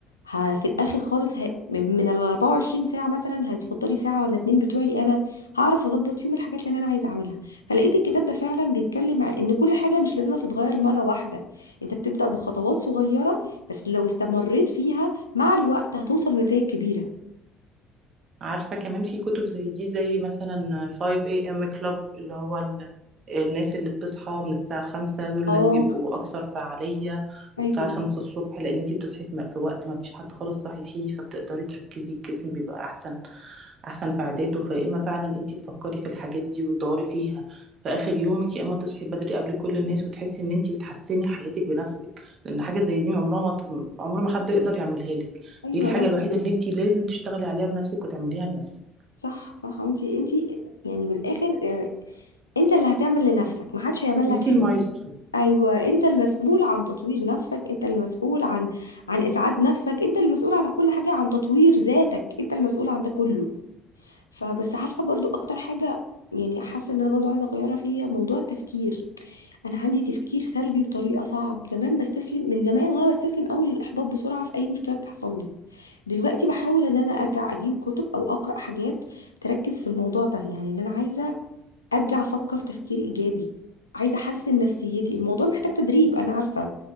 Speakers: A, on the left; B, on the right.
A: ه... في الاخر خالص ه... من من ال 24 ساعه مثلا هيتفضلي ساعه ولا اتنين بتوعي انا هعرف اظبط فيهم الحاجات اللي انا عايزه اعملها فلقيت الكتاب ده فعلا بيتكلم عن ان كل حاجه مش لازم تتغير مره واحده انت بتبدا بخطوات صغيره بس لو استمريت فيها مع الوقت هتوصل لنتائج كبيره
B: عارفة كمان في كتب زي دي زي مثلا 5 a.m. club اللي هو ال... الناس اللي بتصحى من الساعة خمسة دول
A: اه
B: الناس بيبقوا أكثر فعالية الساعة
A: ايوه
B: خمسة الصبح لأن انتي بتصحي في م- في وقت ما فيش حد خالص صاحي فيه فبتقدري تركزي الجسم بيبقى أحسن أحسن في عاداته فيا إما فعلا انتي تفكري في الحاجات دي وتدوري فيها في آخر يومك يا إما تصحي بدري قبل كل الناس وتحسي إن انتي بتحسني حياتك بنفسك لأن حاجة زي دي عمرها ما ت- عمر ما حد يقدر يعملها لك
A: ايوه
B: دي الحاجة
A: لازم
B: الوحيدة اللي أنتِ لازم تشتغلي عليها بنفسِك وتعمليها لنفسِك،
A: صح صح وانت انت يعني بالاخر آه، انت اللي هتعمل لنفسك محدش هيعمل لك
B: أنتِ
A: حاجه
B: المايسترو.
A: ايوه انت المسؤول عن تطوير نفسك انت المسؤول عن عن اسعاد نفسك انت المسؤول عن كل حاجه عن تطوير ذاتك انت المسؤول عن ده كله فبس عارفه برضو اكتر حاجه يعني حاسه ان انا برضو عايزه اغيرها فيا موضوع التفكير انا عندي تفكير سلبي بطريقه صعب زمان بستسلم من زمان وانا بستسلم قوي للاحباط بسرعه في اي مشكله بتحصل لي دلوقتي بحاول ان انا ارجع اجيب كتب او اقرا حاجات تركز في الموضوع ده يعني ان انا عايزه ارجع افكر تفكير ايجابي عايزه احسن نفسيتي الموضوع محتاج تدريب انا عارفه